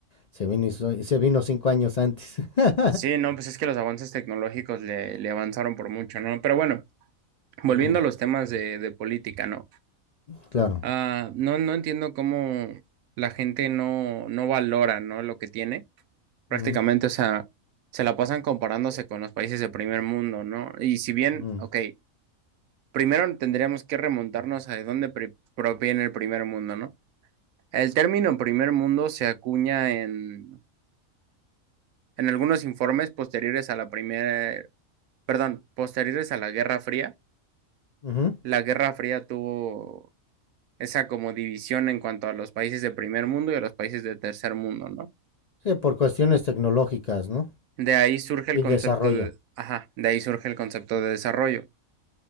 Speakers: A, on the left; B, on the right.
A: Se vino, y so- se vino cinco años antes. <laughs>
B: Sí, no, pues es que los avances tecnológicos le, le avanzaron por mucho, ¿no? Pero bueno, volviendo
A: Ujú,
B: a los temas de, de política, ¿no?
A: claro.
B: Ah, no, no entiendo cómo la gente no, no valora, ¿no? Lo que tiene. Prácticamente,
A: Ujú,
B: o sea, se la pasan comparándose con los países de primer mundo, ¿no? Y si bien,
A: ujú.
B: ok. Primero tendríamos que remontarnos a de dónde pri- proviene el primer mundo, ¿no? El término primer mundo se acuña en, en algunos informes posteriores a la primera, perdón, posteriores a la Guerra Fría.
A: Ujú.
B: La Guerra Fría tuvo esa como división en cuanto a los países de primer mundo y a los países de tercer mundo, ¿no?
A: Sí, por cuestiones tecnológicas, ¿no?
B: De ahí surge el
A: Y
B: concepto
A: desarrollo,
B: de, ajá, de ahí surge el concepto de desarrollo.